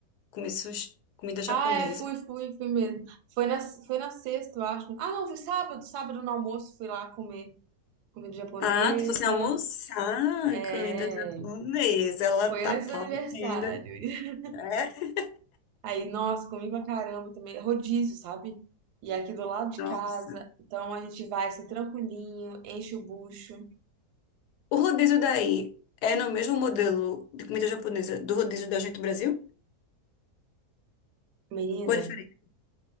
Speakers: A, on the left; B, on the right.
A: comer sushi- comida japonesa?
B: Ah, é, fui, fui, fui mesmo. Foi na, foi na sexta, eu acho. Ah, não, foi sábado. Sábado no almoço fui lá comer comida japonesa.
A: Ah, tu fosse almoçar
B: É,
A: comida japonesa. Ela
B: foi
A: tá
B: antes
A: podendo.
B: do aniversário. <laughs>
A: É?
B: Aí, nossa, comi pra caramba também. Rodízio, sabe? E é aqui do lado de
A: Nossa.
B: casa. Então a gente vai assim, tranquilinho, enche o bucho.
A: O rodízio daí é no mesmo modelo de comida japonesa do rodízio da gente no Brasil?
B: Menina,
A: Ou é diferente?